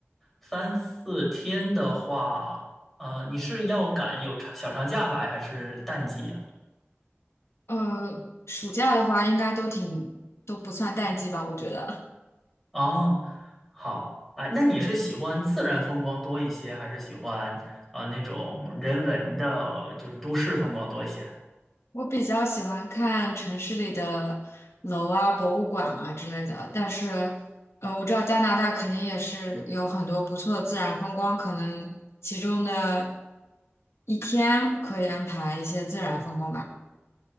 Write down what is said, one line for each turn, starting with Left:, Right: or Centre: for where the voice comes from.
Centre: 三四天的话，呃，你是要赶有长小长假来还是淡季呀？
Left: 呃，暑假的话应该都挺，都不算淡季吧，我觉得。
Centre: 哦，好，哎，那你是喜欢自然风光多一些，还是喜欢啊、那种人文的，就是都市风光多一些？
Left: 我比较喜欢看城市里的楼啊、博物馆啊之类的，但是，呃，我知道加拿大肯定也是有很多不错的自然风光，可能其中的一天可以安排一些自然风光吧。